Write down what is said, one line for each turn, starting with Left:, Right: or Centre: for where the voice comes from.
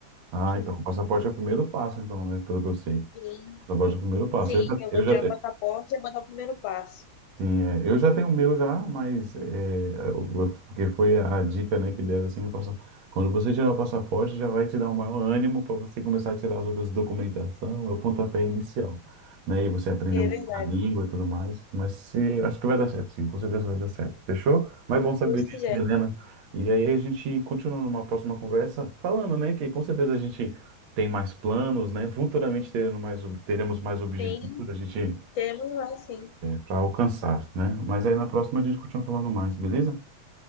Right: Ah,
Left: <laughs>
Right: então, o passaporte é o primeiro passo, então, né? Pelo que eu sei. O
Left: Sim,
Right: passaporte é o primeiro passo.
Left: sim,
Right: Eu já,
Left: eu
Right: eu
Left: vou tirar
Right: já,
Left: o passaporte e vou dar o primeiro passo.
Right: Sim, é. Eu já tenho o meu já, mas é, o- porque foi a dica, né, que deram assim, o passa- quando você tirar o passaporte, já vai te dar um maior ânimo para você começar a tirar as outras documentação, é o pontapé inicial, né? E você aprender
Left: E
Right: um
Left: é
Right: pouco
Left: verdade,
Right: a língua
Left: se
Right: e tudo mais. Mas se, eu acho que vai dar certo, sim, com certeza vai dar certo. Fechou? Mas é bom saber
Left: Deus
Right: disso,
Left: quiser.
Right: Milena. E aí a gente continua numa próxima conversa falando, né, que com certeza a gente tem mais planos, né? Futuramente teremos mais, ob- teremos mais objetivos,
Left: Sim,
Right: a gente
Left: temos lá, sim.
Right: para alcançar, né? Mas aí na próxima a gente continua falando mais, beleza?